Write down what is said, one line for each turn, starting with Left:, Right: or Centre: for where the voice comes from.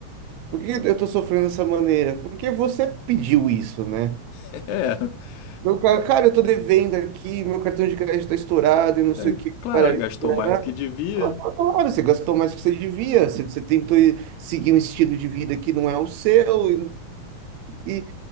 Right: Por que eu tô sofrendo dessa maneira? Porque você pediu isso, né?
Left: <laughs>
Right: Meu cara, cara, eu tô devendo aqui, meu cartão de crédito tá estourado e não sei
Left: É, é,
Right: o que.
Left: claro,
Right: parará,
Left: gastou
Right: parará.
Left: mais do que devia.
Right: Claro, você gastou mais do que você devia, você, você tentou seguir um estilo de vida que não é o seu, e,